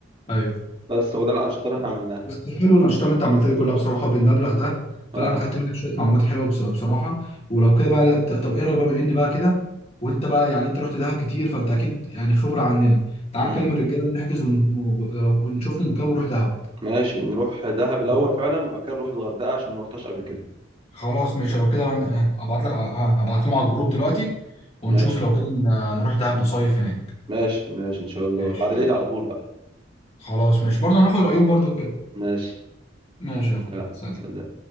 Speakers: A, on the left; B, on the right.
A: ايوه
B: بس هو ده الأنشطة اللي احنا عملناها
A: بس حلو الانشطه اللي انت عملتها دي كلها بصراحه بالمبلغ ده
B: اه
A: فلا انا خدت منك شويه معلومات حلوه بص- بصراحه ولو كده بقى ت- طب ايه رايك بقى بما اني بقى كده وانت بقى يعني انت رحت دهب كتير فانت اكيد يعني خبره عننا تعال
B: امم
A: نكلم الرجاله ونحجز ون- و- ونشوفهم وكده ونروح دهب
B: ماشي نروح دهب الأول
A: تمام؟
B: فعلا وبعد كده نروح الغردقة عشان ما رحتهاش قبل كده
A: خلاص ماشي لو كده انا أنا هبعت لك ع- ه- هبعت لهم على الجروب دلوقتي ونشوف
B: ماشي
A: لو كده ن- نروح دهب نصيف هناك
B: ماشي ماشي إن شاء الله
A: ماشي
B: بعد العيد
A: يلا
B: على طول بقى
A: خلاص ماشي برضه هناخد رايهم برضه كده
B: ماشي
A: ماشي يا اخو
B: يلا
A: سلام
B: سلام